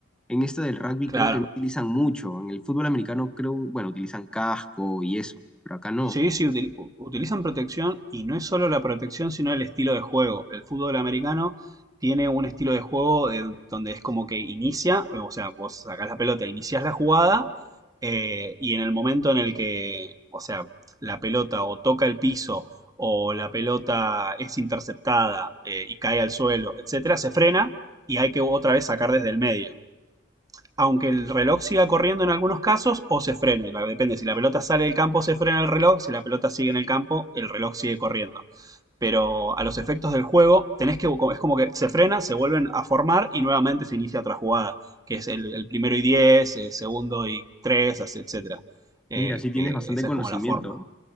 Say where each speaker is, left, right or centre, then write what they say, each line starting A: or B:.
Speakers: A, in the centre; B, on the right.
A: En este del rugby
B: Claro,
A: creo que no utilizan mucho, en el fútbol americano creo, bueno, utilizan casco y eso, pero acá no.
B: Sí, sí, util- u- utilizan protección y no es solo la protección, sino el estilo de juego. El fútbol americano tiene un estilo de juego eh, donde es como que inicia, o sea, vos sacás la pelota, iniciás la jugada eh, y en el momento en el que, o sea, la pelota o toca el piso o la pelota es interceptada eh, y cae al suelo, etcétera, se frena y hay que otra vez sacar desde el medio aunque el reloj siga corriendo en algunos casos o se frene. Depende, si la pelota sale del campo se frena el reloj, si la pelota sigue en el campo el reloj sigue corriendo. Pero a los efectos del juego tenés que, es como que se frena, se vuelven a formar y nuevamente se inicia otra jugada, que es el, el primero y 10, el segundo y 3, etcétera. Eh,
A: Mira, sí tienes
B: que
A: bastante
B: esa
A: conocimiento.
B: es como la forma.